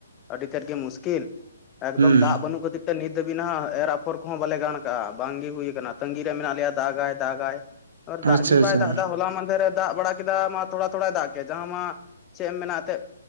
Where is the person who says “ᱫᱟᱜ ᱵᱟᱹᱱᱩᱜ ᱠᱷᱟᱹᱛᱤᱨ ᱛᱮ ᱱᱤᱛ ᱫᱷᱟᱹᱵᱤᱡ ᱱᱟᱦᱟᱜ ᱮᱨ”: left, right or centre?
Left